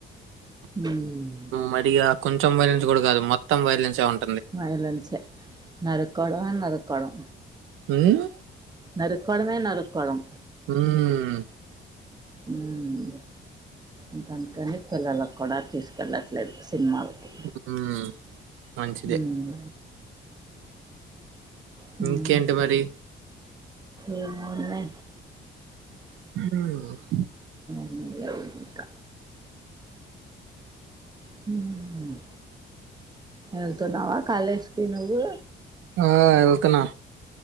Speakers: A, on the right; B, on the right.
A: ఉమ్
B: మరి ఇగ కొంచం వైలెన్స్ గుడ గాదు మొత్తం వైలిన్సే ఉన్
A: వైలన్సే నరుక్కోవాడమ నరుక్కోవడం
B: ఉమ్
A: నరుక్కోవడమే నరుక్కోవడం
B: హు మ్మ్
A: హుమ్ ఇంకందుకనె పిల్లలక్ కూడా తీసుకెళ్ళట్లేదు స్ సిన్మాల్కి
B: ఉమ్ మంచిదే
A: హుమ్ హుమ్
B: ఇంకేంటి మరి
A: ఏమోన్నే
B: హూ
A: మిల్గవ్ ఇంక హు మ్ ఎళ్తున్నావా కాలేజ్కి నువ్వు
B: ఆ వెళ్తున్నా